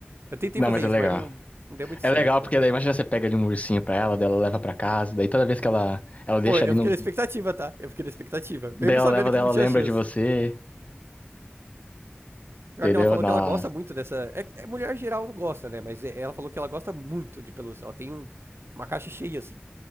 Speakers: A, on the right; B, on the left.
A: Eu tentei
B: Não,
A: fazer
B: mas
A: isso,
B: é legal.
A: mas não, não deu muito
B: É
A: certo,
B: legal
A: mano.
B: porque daí, imagina você pega ali um ursinho pra ela, daí ela leva pra casa, daí toda vez que ela, ela deixa
A: Pô, eu
B: ali no...
A: fiquei na expectativa, tá? Eu fiquei na expectativa. Mesmo
B: Daí ela
A: sabendo
B: leva,
A: que
B: daí
A: não
B: ela
A: tinha
B: lembra
A: chance.
B: de você,
A: Pior
B: entendeu?
A: que ela falou
B: Nossa,
A: que ela gosta muito dessa. É, é mulher geral não gosta, né? Mas é- ela falou que ela gosta muito de pelúcia. Ela tem um- uma caixa cheia, assim.